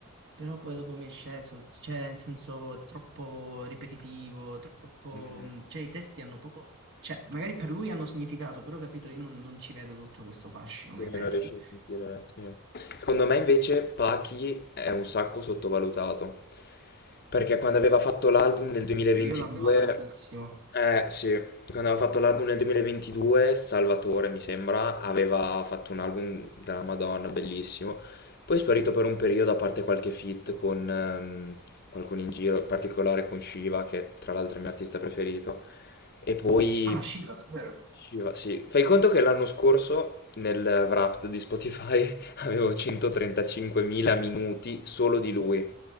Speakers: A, on the right (about 55°); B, on the left (about 50°).
A: però poi dopo mi è sceso, cioè nel senso troppo ripetitivo, troppo...
B: Mhm.
A: mm, cioè i testi hanno poco... cioè magari per lui hanno significato, però capito, io non, non ci vedo tutto questo fascino
B: Sì,
A: nei testi.
B: non riesci a sentire, sì. Secondo me invece Pachi è un sacco sottovalutato, perché quando aveva fatto l'album nel 2022,
A: Un periodo andava tantissimo.
B: eh sì, quando aveva fatto l'album nel 2022, Salvatore mi sembra, aveva fatto un album della Madonna, bellissimo, poi è sparito per un periodo, a parte qualche feat con ehm, qualcuno in giro, in particolare con Shiva, che tra l'altro è il mio artista preferito, e poi
A: Ah, Shiva, davvero?
B: ci va, sì. Fai conto che l'anno scorso nel Wrapped di Spotify <laughs> avevo 135.000 minuti solo di lui.